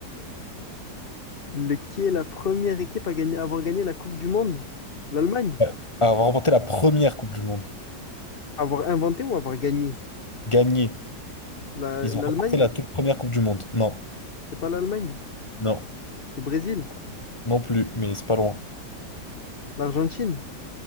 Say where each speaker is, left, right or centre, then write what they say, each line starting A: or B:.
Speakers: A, on the left; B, on the left.
A: Le, qui est la première équipe à gagner, à avoir gagné la Coupe du Monde? L'Allemagne.
B: Ouais. A remporté la première Coupe du Monde.
A: Avoir inventé ou avoir gagné?
B: Gagné.
A: La-
B: Ils
A: l'Allemagne?
B: ont remporté la toute première Coupe du Monde. Non,
A: C'est pas l'Allemagne.
B: non,
A: Le Brésil?
B: non plus, mais c'est pas loin.
A: L'Argentine?